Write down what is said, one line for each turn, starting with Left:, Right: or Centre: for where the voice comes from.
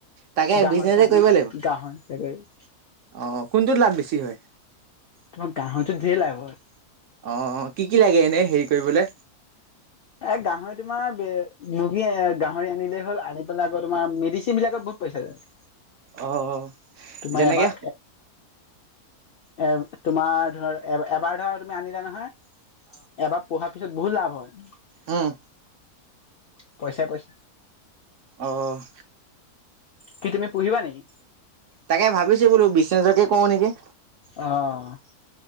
Right: তাকে
Left: গাহৰি-চাহৰি,
Right: বিজনেছে কৰিব লাগিব
Left: গাহৰি বেলেগ
Right: অ কোনটোত লাভ বেছি হয়?
Left: তোমাৰ গাহৰিটোত ঢেৰ লাভ হয়।
Right: অ', কি-কি লাগে এনেই হেৰি কৰিবলৈ?
Left: এ, গাহৰি, তোমাৰ মুৰ্গী। গাহৰি আনিলেই হ'ল, আনি পেলাই, আকৌ তোমাৰ মেডিচিনবিলাকত বহুত পইচা যায়।
Right: অ',
Left: তোমাৰ
Right: যেনেকে
Left: এবাৰ এ, তোমাৰ ধৰ, এ, এবাৰ ধৰা তুমি আনিলা নহয় এবাৰ পুহা পিছত বহুত লাভ হয়।
Right: হম।
Left: পইচাই-পইচা
Right: অ'।
Left: কি, তুমি পুহিবা নেকি?
Right: তাকে ভাবিছোঁ বোলো, বিজনেছকে কৰোঁ নেকি?
Left: অ'।